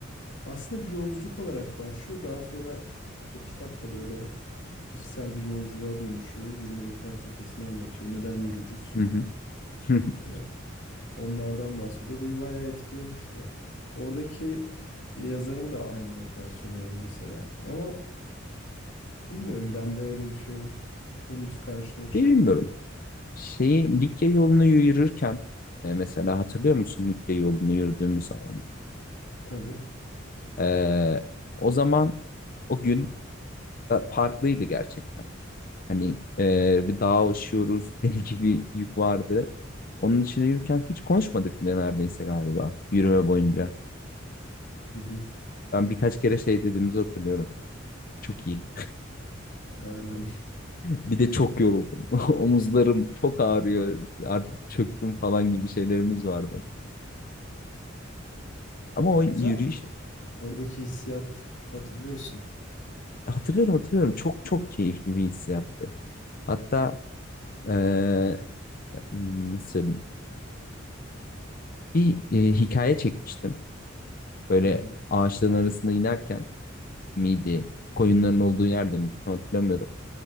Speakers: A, on the left; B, on the left.
A: aslında bir yolculuk olarak başlıyor. Daha sonra o kitap da böyle içsel bir yolculuğa dönüşüyor. Yürümenin felsefesini anlatıyor. Neden yürürüz?
B: Hı hı. <laughs>
A: Ee, onlardan bahsediyor. Beni bayağı etkilemişti. Oradaki yazarın da aynı motivasyonu var mesela. Ama Bilmiyorum ben de öyle bir şey henüz karşıma çıkmadı.
B: Bilmiyorum. Şeyi Likya yolunu yürürken e, mesela hatırlıyor musun Likya yolunu yürüdüğümüz zaman?
A: Tabii.
B: Ee, o zaman o gün e, farklıydı gerçekten. Hani e, bir dağa aşıyoruz, <laughs> deli gibi yük vardı. Onun içine yürürken hiç konuşmadık bile neredeyse galiba yürüme boyunca.
A: Hı hı.
B: Ben birkaç kere şey dediğimizi hatırlıyorum. Çok iyi.
A: Aynen.
B: Bir de çok yoruldum. <laughs> Omuzlarım çok ağrıyor. Artık çöktüm falan gibi şeylerimiz vardı. Ama
A: <laughs>
B: o yürüyüş
A: Güzel. Oradaki hissiyat hatırlıyorsun.
B: hatırlıyorum hatırlıyorum. Çok çok keyifli bir hissiyattı. Hatta eee, hmm, nasıl söyleyeyim? Bir e, hikaye çekmiştim. Böyle
A: Hı hı.
B: ağaçların arasında inerken miydi? Koyunların olduğu yerde miydi? Tam hatırlamıyorum.